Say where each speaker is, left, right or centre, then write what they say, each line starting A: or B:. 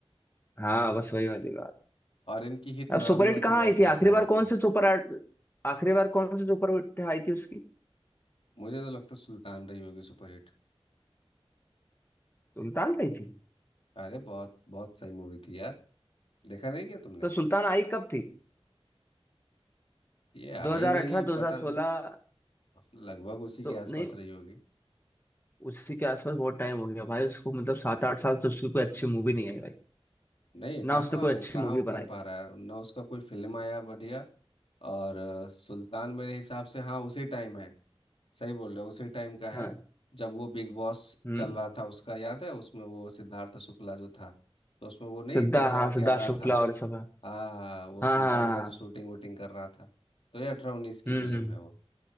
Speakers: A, on the left; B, on the left.
A: हाँ बस वही वाली बात
B: और इनकी हिट ना
A: अब सुपर
B: भी हो
A: हिट कहाँ
B: तो बहुत
A: आई थी
B: पैसे
A: आखिरी
B: आ
A: बार
B: जाते
A: कौन
B: हैं
A: सी सुपर हिट- आखिरी बार कौन सी सुपर हिट आई थी उसकी
B: मुझे तो लगता है सुल्तान रही होगी सुपर हिट
A: सुल्तान आई थी
B: अरे बहुत बहुत सही मूवी थी यार देखा नहीं क्या तुमने
A: तो सुल्तान आई कब थी
B: ये आई
A: 2018
B: गई
A: 2016
B: पता नहीं यार, लगभग उसी
A: तो
B: के आसपास
A: नहीं
B: रही होगी
A: उसी के आसपास बहुत टाइम हो गया भाई उसको मतलब सात आठ साल से उसकी कोई अच्छी मूवी नहीं आई भाई
B: नहीं कहाँ
A: ना उसने कोई
B: वो
A: अच्छी
B: कहाँ
A: मूवी
B: वो कर
A: बनाई
B: पा रहा है ना उसका कोई फिल्म आया बढ़िया और अ, सुल्तान मेरे हिसाब से हाँ उसी टाइम है सही बोल रहे हो उसी टाइम का है
A: हाँ
B: जब वो बिग बॉस
A: हम्म
B: चल रहा था उसका याद है उसमें वो सिद्धार्थ शुक्ला जो था तो उसमें वो नहीं
A: सिद्धा
B: टकला
A: हाँ
B: होके
A: सिद्धार्थ
B: आ रहा
A: शुक्ला
B: था
A: और सब हाँ
B: आ वो
A: हाँ
B: सुल्तान
A: हाँ
B: का
A: हाँ,
B: जो शूटिंग वूटिंग कर रहा था तो ये अठारह उन्नीस की
A: हम्म
B: फिल्म
A: हम्म
B: है वो